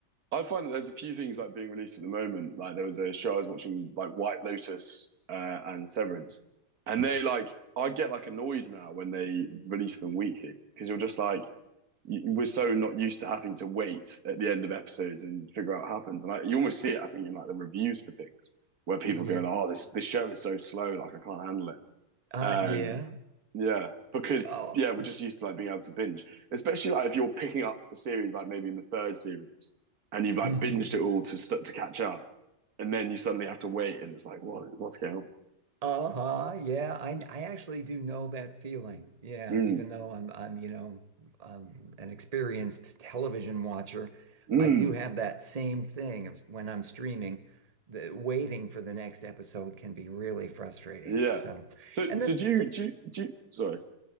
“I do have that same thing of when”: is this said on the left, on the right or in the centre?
Right